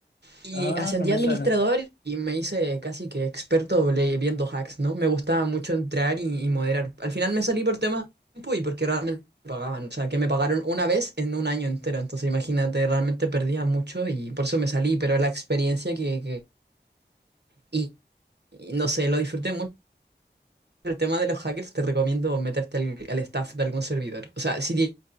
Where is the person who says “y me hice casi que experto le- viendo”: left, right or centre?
Right